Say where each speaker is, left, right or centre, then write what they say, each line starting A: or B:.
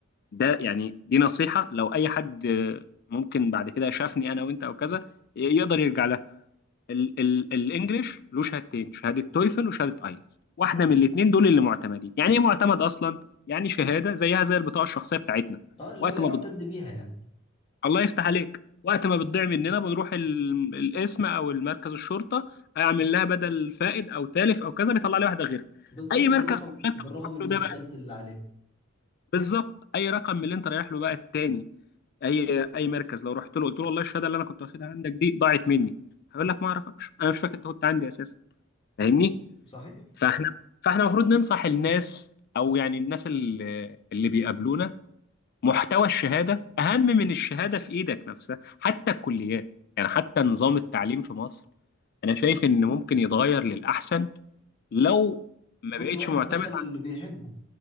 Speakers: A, on the left; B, on the left.
A: ده يعني دي نصيحه لو اي حد آه، ممكن بعد كده شافني انا وانت او كذا ي- يقدر يرجع لها ال ال الانجليش له شهادتين شهاده تويفل وشهاده ايلتس واحده من الاثنين دول اللي معتمدين يعني ايه معتمد اصلا يعني شهاده زيها زي البطاقه الشخصيه بتاعتنا
B: اه اللي
A: وقت
B: هو يعتد
A: ما
B: بيها يعني
A: الله يفتح عليك وقت ما بتضيع مننا بنروح ال- القسم او المركز الشرطه اعمل لها بدل فائد او تالف او كذا بيطلع لي واحده غيرها
B: بالظبط
A: اي مركز
B: بالرقم
A: من اللي انت
B: بالرقم
A: بتروح
B: المتسلسل
A: له ده بقى
B: اللي عليه
A: بالظبط اي رقم من اللي انت رايح له بقى التاني اي اي مركز لو رحت له قلت له والله الشهاده اللي انا كنت واخدها عندك دي ضاعت مني هيقول لك ما اعرفكش انا مش فاكر انت كنت عندي اساسا فاهمني
B: صحيح
A: فاحنا فاحنا المفروض ننصح الناس او يعني الناس اللي اللي بيقابلونا محتوى الشهاده اهم من الشهاده في ايدك نفسها حتى الكليات يعني حتى نظام التعليم في مصر انا شايف ان ممكن يتغير للاحسن لو ما
B: كل
A: بقتش
B: واحد
A: معتمد
B: دخل
A: على
B: اللي بيحبه